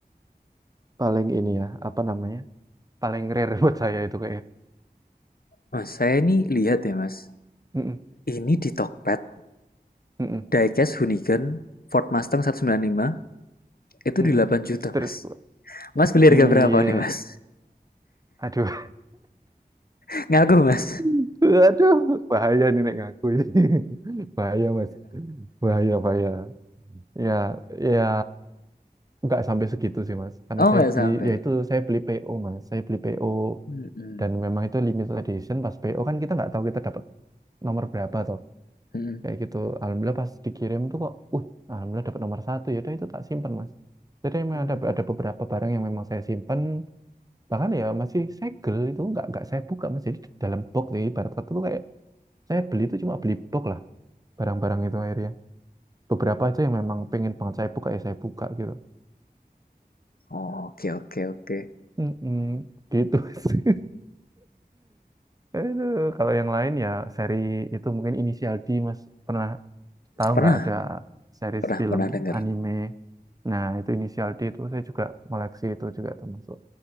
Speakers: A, on the right; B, on the left.
A: paling ini ya apa namanya paling rare <laughs> buat saya itu kayaknya
B: Mas, saya ini lihat ya, Mas.
A: Mm-mm,
B: Ini di Tokped,
A: mm-mm,
B: diecast Hunigan Ford Mustang 195 itu
A: mm-mm.
B: di 8 juta,
A: street
B: Mas. Mas beli
A: iya
B: harga berapa nih, Mas?
A: aduh
B: <laughs> Ngaku, Mas.
A: <laughs> aduh bahaya nih nek ngaku ini <laughs> bahaya mas bahaya bahaya ya ya nggak sampai segitu sih mas karena
B: Oh,
A: saya
B: nggak
A: beli
B: sampai.
A: ya itu saya beli PO mas saya beli PO
B: Mm-mm.
A: dan memang itu limited edition pas PO kan kita nggak tahu kita dapat nomor berapa toh
B: Mm-mm.
A: kayak gitu alhamdulillah pas dikirim tuh kok uh alhamdulillah dapat nomor satu ya udah itu tak simpan mas jadi memang
B: Mm.
A: ada ada beberapa barang yang memang saya simpan bahkan ya masih segel itu nggak nggak saya buka mas jadi dalam box nih ibarat kata tuh kayak saya beli itu cuma beli box lah barang-barang itu akhirnya beberapa aja yang memang pengen banget saya buka ya saya buka gitu
B: Oh, Oke, oke, oke.
A: Mm-mm, gitu <laughs> sih. Aduh, kalau yang lain ya seri itu mungkin Inisial D Mas pernah tahu
B: Pernah,
A: nggak ada series
B: pernah,
A: film
B: pernah dengar.
A: anime. Nah, itu Inisial D itu saya juga koleksi itu juga termasuk